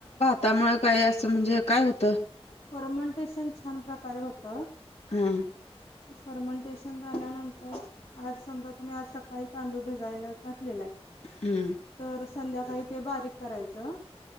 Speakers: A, on the left (about 80°); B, on the left (about 55°).
A: त्यामुळे काय असं म्हणजे काय होतं.
B: फर्मंटेशन छान प्रकारे होत.
A: हा.
B: फर्मंटेशन झाल्यानंतर. आज समजा तुम्ही आज सकाळी तांदूळ भिजायला घातलेला आहे.
A: हम्म.
B: तर संध्याकाळी ते बारीक करायचं